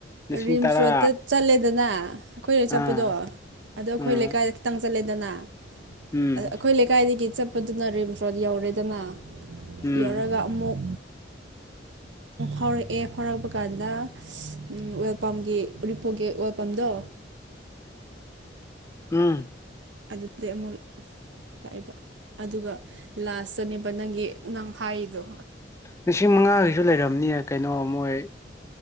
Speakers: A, on the left (about 15°); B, on the right (about 85°).
A: ꯂꯤꯁꯤꯡ
B: ꯔꯤꯝꯁ
A: ꯇꯔꯥ
B: ꯔꯣꯗꯇ ꯆꯠꯂꯦꯗꯅ ꯑꯩꯈꯣꯏꯅ ꯆꯠꯄꯗꯣ
A: ꯑꯥ
B: ꯑꯗꯣ ꯑꯩꯈꯣꯏ
A: ꯎꯝ
B: ꯂꯩꯀꯥꯏꯗ ꯈꯤꯇꯪ ꯆꯠꯂꯦꯗꯅ
A: ꯎꯝ
B: ꯑꯩꯈꯣꯏ ꯂꯩꯀꯥꯏꯗꯒꯤ ꯆꯠꯄꯗꯨꯅ ꯔꯤꯝꯁ ꯔꯣꯗ ꯌꯧꯔꯦꯗꯅ
A: ꯎꯝ
B: ꯌꯧꯔꯒ ꯑꯃꯨꯛ ꯐꯥꯎꯔꯛꯑꯦ ꯐꯥꯎꯔꯛꯄ ꯀꯥꯟꯗ ꯑꯣꯏꯦꯜ ꯄꯝꯒꯤ ꯎꯔꯤꯄꯣꯛꯀꯤ ꯑꯣꯏꯜ ꯄꯝꯗꯣ
A: ꯎꯝ
B: ꯑꯗꯨꯗꯩ ꯑꯃꯨꯛ ꯂꯥꯛꯏꯕ ꯑꯗꯨꯒ ꯂꯥꯁꯇꯅꯦꯕ ꯅꯪꯒꯤ ꯅꯪ ꯐꯥꯏꯗ
A: ꯂꯤꯁꯤꯡ ꯃꯉꯥꯒꯤꯁꯨ ꯂꯩꯔꯝꯅꯤꯌꯦ ꯀꯩꯅꯣ ꯃꯣꯏ